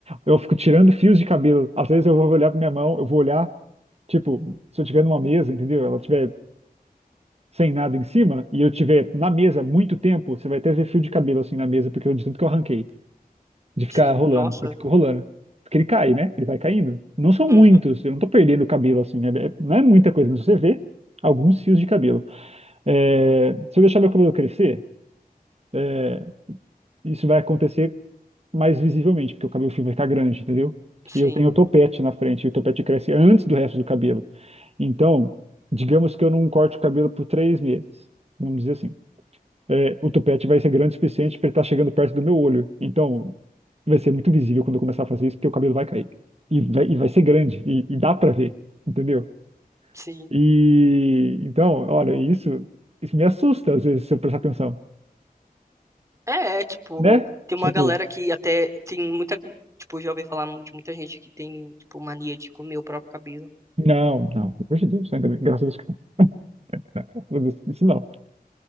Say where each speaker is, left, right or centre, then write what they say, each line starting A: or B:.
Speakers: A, on the right; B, on the right.
A: Eu fico tirando fios de cabelo. Às vezes eu vou olhar pra minha mão, eu vou olhar, tipo, se eu tiver numa mesa, entendeu? Ela tiver sem nada em cima, e eu tiver na mesa muito tempo, você vai até ver fio de cabelo assim na mesa, porque eu de tanto que eu arranquei, de ficar
B: Sim.
A: rolando.
B: Nossa.
A: Eu fico rolando. Porque ele cai, né? Ele vai caindo. Não são
B: Uhum.
A: muitos, eu não tô perdendo cabelo assim, é- é- não é muita coisa, mas você vê alguns fios de cabelo. É, se eu deixar meu cabelo crescer, é, isso vai acontecer mais visivelmente, porque o cabelo fio vai ficar grande, entendeu?
B: Sim.
A: E eu tenho o topete na frente, e o topete cresce antes do resto do cabelo. Então, digamos que eu não corte o cabelo por três meses, vamos dizer assim. É, o topete vai ser grande o suficiente para ele estar chegando perto do meu olho. Então, vai ser muito visível quando eu começar a fazer isso, porque o cabelo vai cair. E vai, e vai ser grande, e, e dá para ver, entendeu?
B: Sim.
A: E então, olha, isso, isso me assusta às vezes, se eu prestar atenção,
B: É, é, tipo,
A: né?
B: tem
A: Tipo,
B: uma galera que até tem muita, tipo, já ouvi falar de muita gente que tem, tipo, mania de comer o próprio cabelo.
A: não, não, pelo amor de Deus, ainda bem, graças a Deus que não. Não, graças a Deus, Isso não.